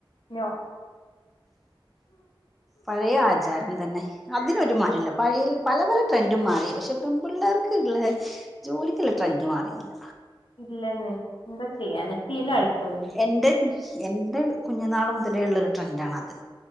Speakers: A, on the left; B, in the centre.
A: നൊ
B: പഴേ ആജാരം തന്നെ അതിനൊരുമാറ്റല്ല പഴേ പല പല ട്രെൻഡും മാറി പക്ഷെ പെൺപിള്ളേർക്ക് ഇള്ള ജോലിക്കിള്ള ട്രെൻഡ് മാറീല്ല
A: ഇല്ലെന്നെ എന്താ ചെയ്യാനാ ശീലം ആയിപ്പോയില്ലേ
B: എന്റെ എന്റെ കുഞ്ഞുനാൾ മുതലേള്ളൊരു ട്രെന്റാണത്